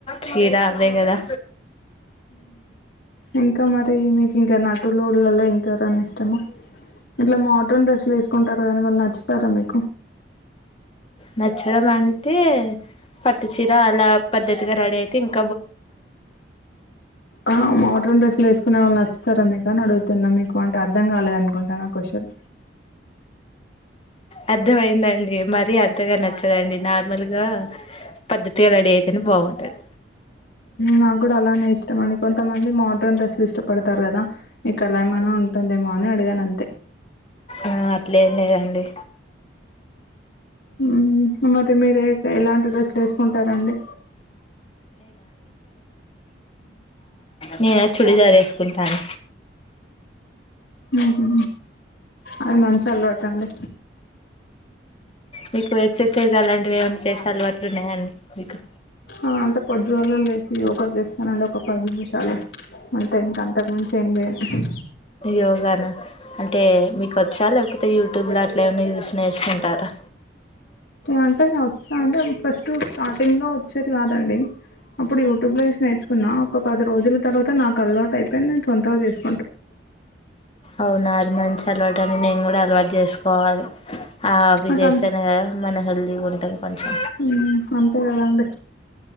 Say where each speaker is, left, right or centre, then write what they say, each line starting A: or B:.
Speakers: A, on the left; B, on the left.
A: చీర అదే కదా
B: ఇంకా మరి మీకు ఇంకా నటులో లలో ఇంకెవరు అని ఇష్టమా ఇలా మోడర్న్ డ్రెస్లు వేసుకుంటారు కాని వాళ్ళు నచ్చుతారా మీకు
A: నచ్చడం అంటే పట్టు చీరా అలా పద్ధతిగా రెడీ అతే ఇంక్
B: ఆ మోడ్రన్ డ్రెస్లు వేస్ కునే వాళ్ నచ్చుతారా మీకు అడుతున్నా మీకు అంటే అర్థం కాలేదనుకుంట నా క్వశ్చన్
A: అర్థ అయిందండి మరీ అంతగా నచ్చదండి నార్మల్గా పద్ధతిగా రెడీ అయితేనే బాగుంటది
B: నాకు కూడా అలానే ఇష్టం అని కొంతమంది మోడ్రన్ డ్రెస్సులు ఇష్టపడతారు కదా ఇకలా ఏమైనా ఉంటుందేమో అని అడిగాను అంతే
A: ఆ అట్లేమ్ లేదండి
B: ఉమ్ మరి మీరే ఏ ఎలాంటి డ్రెస్సులు వేసుకుంటారండి.
A: నేన చుడిదార్ వే సుకుంటాను
B: ఉ హు అది మంచి అలవాటు అండి
A: మీకు ఎక్సర్సైజ్ అలాంటివి ఏమన్నా చేసే అలవా ట్లున్నాయండి మీకు
B: ఆ అంటే పొద్దుగల లేసి యోగా చేస్తానండి ఒక పది నిమిషాలు అంతే ఇంకా అంతకు మించి ఏం చేయను
A: యోగానా అంటే మీకు వచ్చా లేకపోతే యూట్యూబ్లో అట్లా ఏమన్నా చూస్ నేర్చకుంటారా?
B: అంటే వచ్చా అంటే ఫస్ట్ స్టార్టింగ్లో వచ్చేది కాదండి. అప్పుడు యూట్యూ లో చసి నేర్చుకున్నా ఒకది రోజుల తర్వాత నాకు అలవాటు అపోయి నేనుొంతగా చేసుకున్నాను
A: అవునా అది మంచి అలవాటఅండి నేన్ కూడా అల్వాటు చేసుకోవాలి అ అవి
B: నాకు
A: చేస్తేనే కదా మనం హెల్తీగా ఉంటది కొంచెం
B: హుమ్ అంతే కాదండి